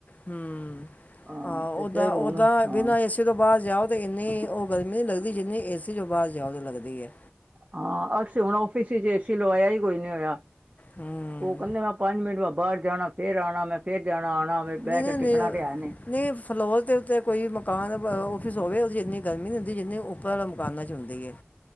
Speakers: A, on the left; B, on the right.
A: ਹੂੰ।
B: ਹਾਂ
A: ਆਹ
B: ਤੇ
A: ਓਦਾਂ
B: ਫੇਰ ਹੁਣ
A: ਓਦਾਂ
B: ਹਾਂ
A: ਬਿਨਾਂ ਏੇਸੀ ਤੋਂ ਬਾਹਰ ਜਾਓ ਤੇ ਇੰਨੀ ਉਹ ਗਰਮੀ ਨੀ ਲੱਗਦੀ ਜਿੰਨੀ ਏ ਸੀ ਜੋ ਬਾਹਰ ਜਾਓਦੋਂ ਲੱਗਦੀ ਏ।
B: ਹਾਂ ਅੱਸੀਂ ਹੁਣ ਆੱਫਿਸ ਚ ਏ ਸੀ ਲਵਾਇਆ ਹੀ ਕੋਈ ਨੀ ਹੋਇਆ।
A: ਹਮ
B: ਉਹ ਕਹਿੰਦੇ ਮੈਂ ਪੰਜ ਮਿੰਟ ਵੈਂ ਬਾਹਰ ਜਾਣਾ ਫੇਰ ਆਣਾ ਮੈਂ। ਜਾਣਾ-ਆਣਾ ਹੋਵੇ ਬਹਿ
A: ਨਹੀਂ ਨਹੀਂ
B: ਕੇ ਟਿੱਕਣਾ
A: ਨਹੀਂ
B: ਤੇ ਹੈ ਨੀ।
A: ਨਹੀਂ ਫਲੋਰ ਤੇ ਉੱਤੇ ਕੋਈ ਮਕਾਨ ਆੱਫਿਸ ਹੋਵੇ ਉਥੇ ਇੰਨੀ ਗਰਮੀ ਨੀ ਹੁੰਦੀ। ਜਿੰਦੇ ਉੱਪਰ ਵਾਲੇ ਮਕਾਨਾਂ ਚ ਹੁੰਦੀ ਏ।